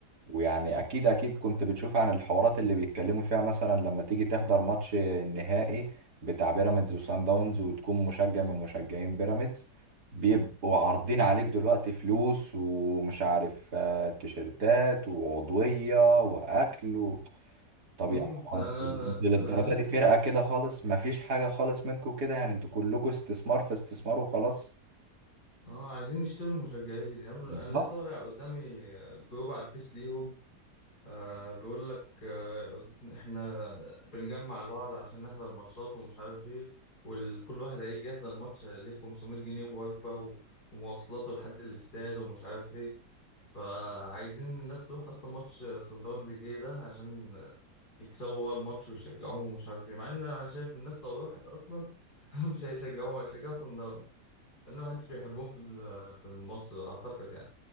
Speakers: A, on the right; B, on the left.
A: ويعني اكيد اكيد كنت بتشوف عن الحوارات اللي بيتكلموا فيها مثلا لما تيجي تحضر ماتش نهائي بتاع بيراميدز وسان داونز وتكون مشجع من مشجعين بيراميدز بيبقوا عارضين عليك دلوقتي فلوس ومش عارف آه، تيشيرتات وعضوية واكل و... طب
B: مم.
A: يعني
B: ده
A: هو انت
B: انا
A: انت للدرجة
B: انا لسه
A: دي فرقة كده خالص مفيش حاجة خالص منكم كده يعني انتوا كلكم استثمار في استثمار وخلاص
B: اه عايزين يشتروا المشجعين يعني انا
A: بالظبط
B: لسه واقع قدامي جروب على الفيس ليهم أه بيقول لك أه احنا بنجمع لبعض عشان نحضر الماتشات ومش عارف ايه وكل واحد هيجي يحضر الماتش ليه 500 جنيه ووجبة و- ومواصلاته لحد الاستاد ومش عارف ايه فعايزين الناس تروح اصلا ماتش صن داونز الجاي ده عشان يكسبوا بقى الماتش ويشجعوهم ومش عارف ايه مع ان انا شايف الناس لو راحت اصلا <laughs> مش هيشجعوها هيشجعوا صن داونز لان محدش بيحبهم في ال- في مصر اعتقد يعني